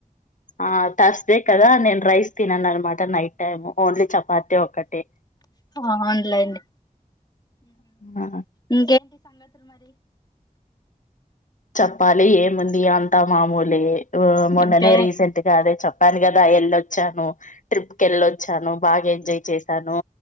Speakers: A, on the left; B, on the left.
A: ఆ తర్స్ డే కదా నేను రైస్ తిననన్నమాట నైట్ టైం ఓన్లీ చపాతి ఒక్కటే
B: అవునులేండి
A: ఆ,
B: ఊ
A: చెప్పాలి ఏముంది అంతా మామూలే ఉ మొన్ననే
B: ఓకే
A: రీసెంట్గా అది చెప్ పాను కదా వెళ్ళొచ్చాను ట్రిప్ కి వెళ్ళొచ్చాను బాగా ఎంజాయ్ చేసాను